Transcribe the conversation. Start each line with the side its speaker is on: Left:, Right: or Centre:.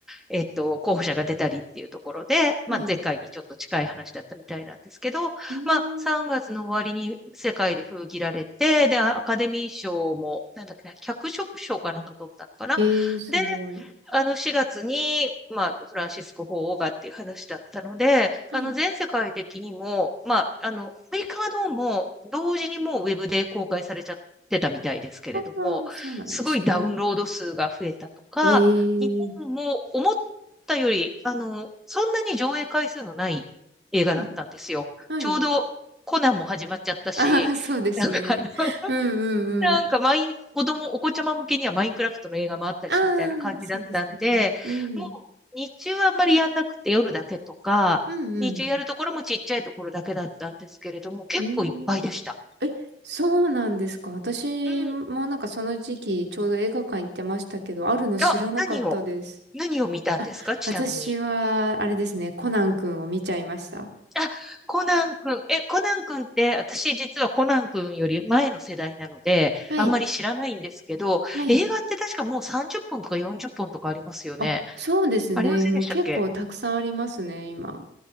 Centre: えっと、候補者が出たりっていうところで、
Right: はい。
Centre: まあ、前回にちょっと近い話だったみたいなんですけど、
Right: うー
Centre: まあ、3月の終わりに世界で封切られて、
Right: ん。
Centre: で、アカデミー賞も、なんだっけな、脚色賞かなんか取ったのかな。
Right: ええ、すごい。
Centre: で、あの、4月に、まあ、フランシスコ法王がっていう話だったので、
Right: はい。
Centre: あの、全世界的にも、まあ、あの、アメリカはどうも、同時にもうウェブで公開されちゃってたみたいですけれども、
Right: ああ、そうなんですね。
Centre: すごいダウンロード数が増えたとか、
Right: え
Centre: 日本も思っったより、
Right: え、
Centre: あの、そんなに上映回数のない映画だったんですよ。
Right: うん、はい。
Centre: ちょうどコナンも始まっちゃったし、
Right: <laughs> ああ、そうですね。
Centre: なんかあの、<laughs>
Right: うん、う
Centre: なんかマイン、
Right: ん、うん。
Centre: 子供、お子ちゃま向けにはマインクラフトの映画もあったし、
Right: ああ、
Centre: みたいな感じだったんで、
Right: そうですね。うん、
Centre: もう日中はあんまりやんなくて夜だけとか、
Right: うん、うん。
Centre: 日中やるところもちっちゃいところだけだったんですけれども、結構いっぱいでした。
Right: ええ。え、そうなんですか。私もなんかその時期ちょうど映画館行ってましたけど、
Centre: うん。
Right: あるの知らなかったです。
Centre: あ、何を、何を見たんですかちなみに。
Right: あ、私はあれですね、コナン君を見ちゃいました。
Centre: あ、コナン君。え、コナン君って、私実はコナン君より前の世代なので、
Right: はい、
Centre: あんまり知らないんですけど、
Right: はい。
Centre: 映画って確かもう30本とか40本とかありますよね。
Right: あ、そうですね。
Centre: ありませんでしたっけ
Right: もう結構たくさんありますね、今。